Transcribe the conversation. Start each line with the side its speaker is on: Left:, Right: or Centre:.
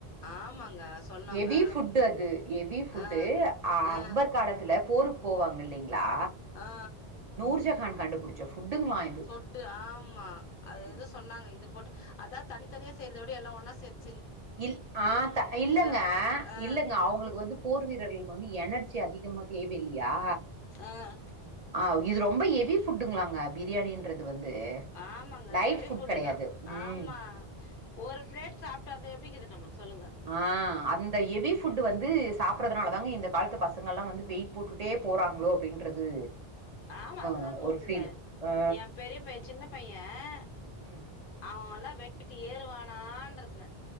Left: ஆமாங்க சொன்னாங்க
Right: எவி ஃபுட் அது எவி ஃபுட்டு
Left: ஆ
Right: அக்பர்
Left: ஆ
Right: காலத்துல போருக் போவாங்க இல்லைங்களா
Left: ஆ
Right: நூர்ஜகான் கண்டுபுடிச்ச ஃபுட்டுங்களா இது
Left: ஃபுட்டு ஆமா அது
Right: ம்
Left: எது சொன்னாங்க இது போட்டு அதா தனித்தனியா செய்றத விட எல்லா ஒன்னா சேத்
Right: இல் ஆ த இல்லங்க
Left: வந்து ஆ
Right: இல்லங்க அவுங்களுக்கு வந்து போர் வீரர்களுக்கு வந்து எனர்ஜி அதிகமா தேவ இல்லையா
Left: ஆ
Right: ஆ இது ரொம்ப எவி ஃபுட்டுங்களாங்க பிரியாணின்றது வந்து
Left: ஆமாங்க
Right: லைட்
Left: ஹெவி ஃபுட்
Right: கெடையாது
Left: தா
Right: ம்
Left: ஆமா ஒரு பிளேட் சாப்டாலே எப்டிக்கீது நம்மளுக்கு சொல்லுங்க
Right: ஆ அந்த எவி ஃபுட்டு வந்து சாப்புடுறதுனால தாங்க இந்த காலத்து பசங்க எல்லா வந்து வெயிட் போட்டு ட்டே போறாங்களோ அப்டின்றது
Left: ஆமா
Right: ஆ
Left: அது தாங்க
Right: ஒரு
Left: உண்ம
Right: ஃபீல் ஆ
Left: எ பெரிய பைய சின்ன பையன்
Right: ம்
Left: அவோல்லா வெயிட்டு ஏறுவானான்றிதுந்தே